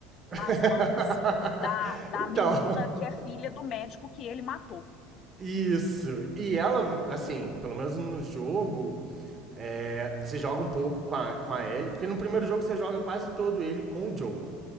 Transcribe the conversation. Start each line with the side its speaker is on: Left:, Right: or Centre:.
Left: nas
Right: <laughs>
Left: mãos da, da
Right: então.
Left: menina que é filha do médico que ele matou.
Right: Isso. E ela, assim, pelo menos no jogo, é, você joga um pouco com a, com a Ellie, porque no primeiro jogo você joga quase todo ele com o Joel,